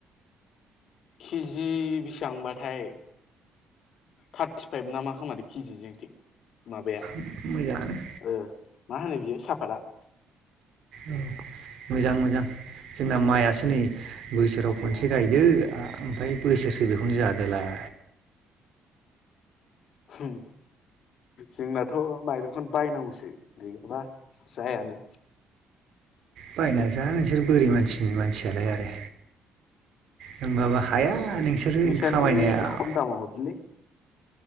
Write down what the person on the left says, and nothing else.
किजि बेसिबांबाथाय थार्टिफाइभ ना मा खोमादै किजि जोंथि माबाया
ओ मा होनो बियो साफातआ।
मोजाङानो
हुम जोंनाथ' माइरंखौनो बायनांगौसो गैयाबा जायानो।
नोंसानिखौनो
एसे खम दामाव हरदिलै।